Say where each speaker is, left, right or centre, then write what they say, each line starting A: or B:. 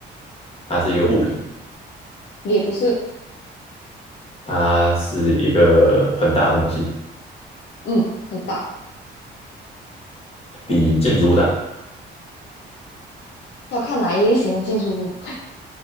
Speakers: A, on the left; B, on the left.
A: 它是一个物品，
B: 也不是，
A: 它是一个很大的东西。
B: 嗯，很大，
A: 比建筑物大，
B: 要看哪一类型的建筑物。